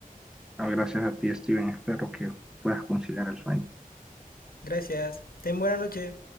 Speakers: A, in the centre; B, on the left.
A: ah, gracias a ti, Steven, espero que puedas conciliar el sueño.
B: Gracias. Ten buena noche.